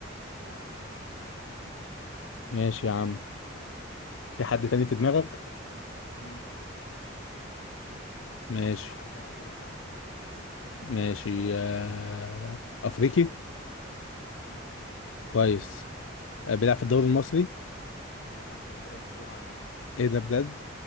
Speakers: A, on the left (about 50°); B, on the left (about 85°).
A: يا عم خلصانه يلا
B: ماشي يا عم في حد تاني في دماغك
A: في
B: ماشي
A: وعد هيعجبك عامه يعني
B: ماشي آه، افريقي
A: افريقي
B: كويس آه، بيلعب في الدوري المصري
A: بيلعب في الد- ايه السرعة دي
B: ايه ده بجد